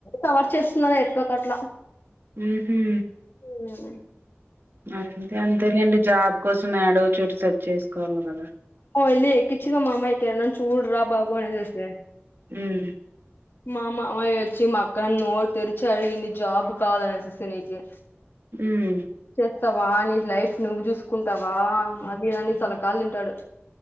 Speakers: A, on the left; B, on the right.
A: కవర్ చేస్ న్న ఎక్కువ కట్లా
B: ఊహూ
A: హ్మ్
B: అంతే అంతేలేండి జాబ్ కోసం నాడు చూడుస చేసుకోవాలి కదా
A: ఎల్లి ఎక్కించి మామా ఎకారణ చూడు రా బాబు అని అనేసి
B: హ్మ్
A: మా మామయ్య వచ్చి మా అక్కని నోరు తెరిచి అడిగింది జాబ్ కావాలనేసి నీకి
B: హ్మ్
A: స్తావా నీ లైఫ్ నువ్వు చూసుకుంటావా అది అని తల కాళు తింటాడు